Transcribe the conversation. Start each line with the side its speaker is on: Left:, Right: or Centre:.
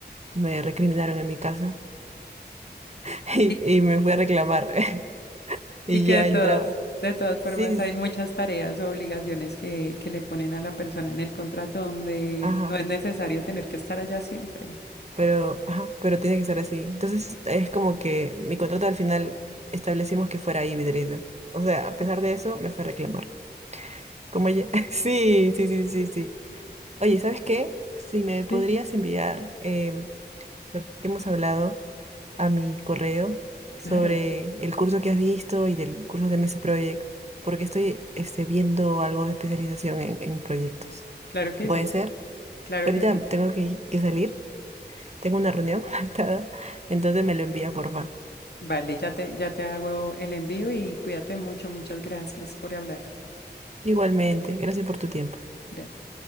Right: Me recriminaron en mi casa <laughs> y,
Left: Y
Right: y me fui a reclamar. <laughs>
Left: Y
Right: Y
Left: que
Right: ya
Left: de todas,
Right: entraba.
Left: de todas formas
Right: Sí, sí,
Left: hay
Right: sí.
Left: muchas tareas o obligaciones que, que le ponen a la persona en el contrato donde
Right: Ajá,
Left: no es necesario tener que estar allá siempre.
Right: pero, ajá, pero tiene que ser así. Entonces es como que mi contrato al final establecimos que fuera híbrido. O sea, a pesar de eso, me fue a reclamar. Como ya. <laughs> Sí, sí, sí, sí, sí. Oye, ¿sabes qué? Si me podrías
Left: Sí,
Right: enviar em, lo que hemos hablado a mi correo
Left: claro,
Right: sobre el curso que has visto y del curso de MS Project, porque estoy este, viendo algo de especialización en, en proyectos.
Left: claro que
Right: ¿Puede
Left: sí,
Right: ser?
Left: claro
Right: Ahorita
Left: que sí.
Right: tengo que que salir. Tengo una reunión <laughs> faltada, entonces me lo envía, porfa.
Left: Vale, ya te, ya te hago el envío y cuídate mucho, muchas gracias por hablar.
Right: Igualmente, gracias por tu tiempo.
Left: Gracias.